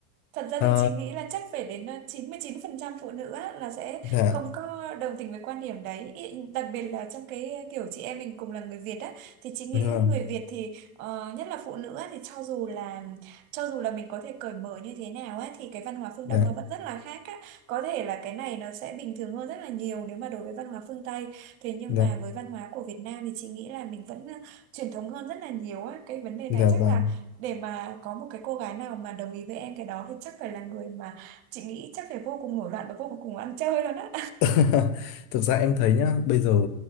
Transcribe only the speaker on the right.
Thật ra
thì chị nghĩ là chắc phải đến ờ, 99% phụ nữ á, là sẽ
không có đồng tình với quan điểm đấy. Ý- Đặc biệt là trong cái kiểu chị em mình cùng là người Việt á thì chị nghĩ
người Việt thì ờ, nhất là phụ nữ á, thì cho dù là cho dù là mình có thể cởi mở như thế nào á thì cái văn hóa phương
Đông nó vẫn rất là khác á. Có thể là cái này nó sẽ bình thường hơn rất là nhiều nếu mà đối với văn hóa phương Tây. Thế nhưng
mà với văn hóa của Việt Nam thì chị nghĩ là mình vẫn ờ, truyền thống hơn rất là nhiều á. Cái vấn đề
này chắc
là để mà có một cái cô gái nào mà đồng ý với em cái đó thì chắc phải là người mà chị nghĩ chắc phải vô cùng nổi loạn và vô cùng ăn chơi luôn á